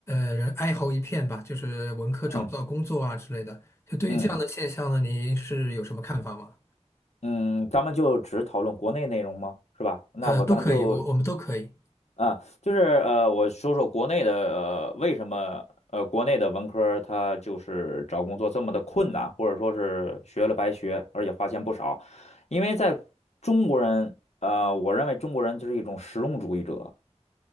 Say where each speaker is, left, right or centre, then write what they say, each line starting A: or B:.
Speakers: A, on the left; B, on the left.
A: 呃人哀嚎一片吧，就是文科找不到工作啊之类的。
B: 嗯
A: 就对于这样的现象呢，
B: 嗯嗯嗯，嗯嗯嗯嗯嗯嗯
A: 您是有什么看法吗？
B: 嗯嗯咱们就只讨论国内内容吗？是吧？那我咱就
A: 呃，都可以，我我们都可以。
B: 啊，就是呃，我说说国内的呃，为什么呃，国内的文科他就是找工作这么的困难，或者说是学了白学，而且花钱不少，因为在中国人呃，我认为中国人就是一种实用主义者。